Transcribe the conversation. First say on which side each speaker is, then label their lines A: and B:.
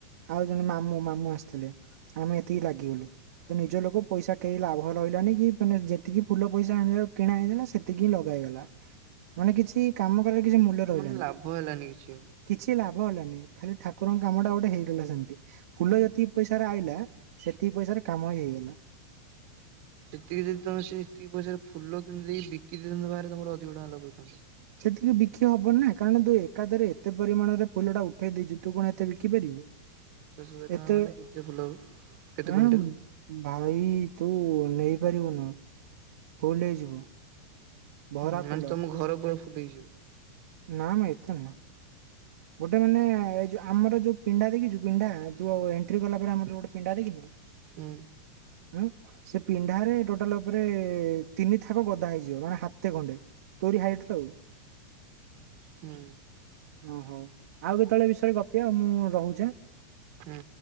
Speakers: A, on the right; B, on the right.
A: ଆଉ ଜଣେ ମାମୁଁ ମାମୁଁ ଆସିଥିଲେ ଆମେ ଏତିକି ଲାଗିଗଲୁ। ତ ନିଜ ଲୋକ ପଇସା କେହି ଲାଭ ରହିଲାନି କି ମାନେ ଯେତିକି ଫୁଲ ପଇସା ଆଣିକି କିଣାହଇଥିଲା ସେତିକି ଏତିକି ଲଗା ହେଇଗଲା ମାନେ କିଛି କାମ କରିକି କିଛି ମୂଲ୍ୟ ରହିଲାନି।
B: ମାନେ ଲାଭ ହେଲାନି କିଛି ଆଉ।
A: କିଛି ଲାଭ ହେଲାନି ଖାଲି ଠାକୁରଙ୍କ କାମଟା ଗୋଟେ ହେଇଗଲା ସେମିତି। ଫୁଲ ଯେତିକି ପଇସାରେ ଆଇଲା ସେତିକି ପଇସାରେ କାମ ହେଇଗଲା।
B: ସେତିକି ଯଦି ତମେ ସେଇ ପଇସାରେ ଫୁଲ କିଣିଦେଇ ବିକି ଦେଇଥାନ୍ତ ବାହାରେ ତମର ଅଧିକ ଟଙ୍କା ଲାଭ ହେଇଥାନ୍ତା।
A: ସେତିକି ବିକି ହବନିନା କାରଣ ତୁ ଏକାଥରେ ଏତେ ପରିମାଣରେ ଫୁଲଟା ଉଠେଇ ଦେଇଛୁ ତୁ କଣ ଏତେ ବିକି ପାରିବୁ। <unintelligible>
B: ପଚାଶ ହଜାର ଟଙ୍କା
A: ଏତେ
B: ମାନେ କେତେ ଫୁଲହବ କେତେ
A: ଆଁ
B: କୁଇଣ୍ଟାଲ୍?
A: ଭାଇ ତୁ ନେଇପାରିବୁନୁ। ଫୁଲ୍ ହେଇଯିବ। ଭରା
B: ହୁଁ
A: ଫୁଲ
B: ମାନେ ତମ ଘର ବ ଫୁଲ୍ ହେଇଯିବ।
A: ନା ମ ଏତେ ନୁହଁ। ଗୋଟେ ମାନେ ଏଇ ଯୋଉ ଆମର ଯୋଉ ପିଣ୍ଡା ଦେଖିଛୁ ପିଣ୍ଡା ଯୋଉ ଏଣ୍ଟ୍ରି କଲାପରେ ଆମର ଗୋଟେ ପିଣ୍ଡା ଦେଖିଛୁ। <unintelligible>
B: ହୁଁ।
A: ହୁଁ। ସେ ପିଣ୍ଡାରେ ଟୋଟାଲ ଉପରେ ତିନି ଥାକ ଗଦା ହେଇଯିବ ମାନେ ହାତେ ଖଣ୍ଡେ। ତୋରି ହାଇଟ୍ ରେ ଆଉ
B: ହୁଁ
A: ହଁ ହୋଉ। ଆଉ କେତେବେଳେ ଏବିଷୟରେ ଗପିବା ଆଉ ମୁଁ ରହୁଚି ଆଁ।
B: ହୁଁ।